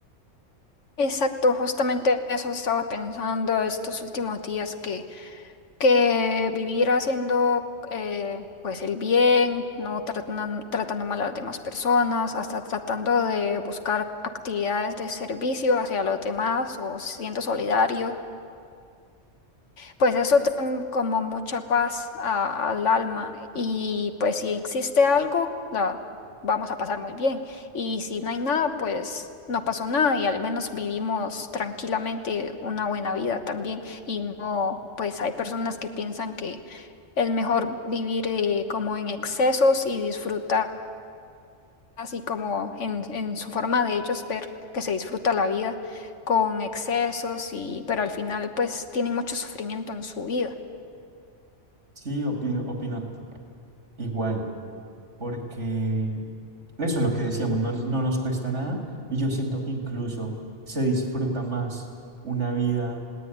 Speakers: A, on the left; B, on the right.
A: Exacto, justamente eso estaba pensando estos últimos días que, que vivir haciendo eh, pues el bien, no tratan- tratando mal a las demás personas, hasta tratando de buscar actividades de servicio hacia los demás o siendo solidarios Pues eso te da como mucha paz a- al alma y pues si existe algo, la vamos a pasar muy bien y si no hay nada, pues no pasó nada y al menos vivimos tranquilamente una buena vida también y no, pues hay personas que piensan que es mejor vivir eh, como en excesos y disfrutar así como en, en su forma de ellos ver que se disfruta la vida con excesos y pero al final pues tienen mucho sufrimiento en su vida.
B: Sí, opino, opino igual, porque eso es lo que decíamos, no, no nos cuesta nada y yo siento que incluso se disfruta más una vida